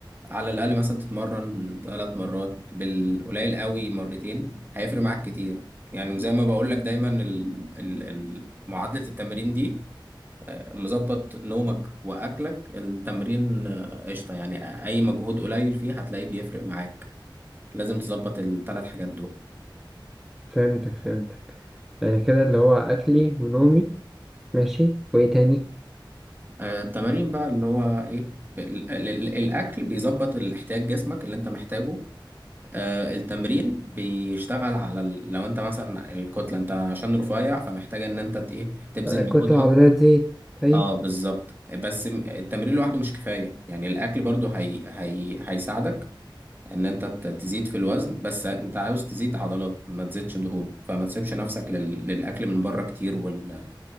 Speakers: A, on the right; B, in the centre.
A: على الأقل مثلا تتمرن ثلاث مرات بالقليل قوي مرتين هيفرق معاك كتير يعني وزي ما بقول لك دايما ال- ال- ال- معادلة التمرين دي آه، مظبط نومك وأكلك التمرين آه، قشطة يعني أي مجهود قليل فيه هتلاقيه بيفرق معاك لازم تظبط الثلاث حاجات دول
B: فهمتك فهمتك يعني كده اللي هو اكلي ونومي ماشي وايه تاني
A: آه، التمارين بقى اللي هو ايه ال- ال- ال- الاكل بيظبط الاحتياج جسمك اللي انت محتاجه آه، التمرين بيشتغل على ال... لو انت مثلا الكتله انت عشان رفيع فمحتاج ان انت ت- ايه تبذل
B: الكتله
A: مجهود
B: العضليه
A: أو...
B: تزيد طيب
A: اه بالظبط بس م- التمرين لوحده مش كفايه يعني الاكل برضو هي... هي... هيساعدك ان انت ت- تزيد في الوزن بس انت عاوز تزيد عضلات ما تزيدش دهون فما تسيبش نفسك لل... للاكل من بره كتير وال...